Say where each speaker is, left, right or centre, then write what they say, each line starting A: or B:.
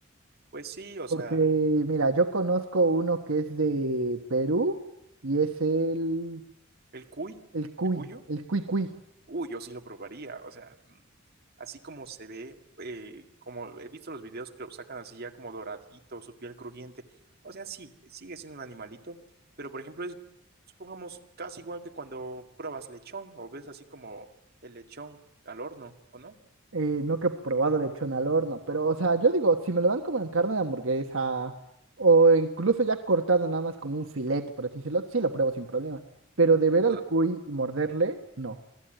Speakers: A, on the right; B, on the right.
A: Pues sí, o
B: porque
A: sea,
B: mira, yo conozco uno que es de Perú y es el,
A: el cuy,
B: el cuy,
A: el cuyo.
B: el cuy cuy.
A: Uy, yo sí lo probaría, o sea, mm, así como se ve, eh, como he visto los videos que lo sacan así ya como doradito, su piel crujiente, o sea, sí, sigue siendo un animalito, pero por ejemplo es, supongamos, casi igual que cuando pruebas lechón o ves así como el lechón al horno, ¿o no?
B: Eh, nunca he probado lechón al horno, pero o sea, yo digo, si me lo dan como en carne de hamburguesa o incluso ya cortado nada más como un filete, por así decirlo, sí lo pruebo sin problema, pero de ver al
A: O sea,
B: cuy y morderle, no.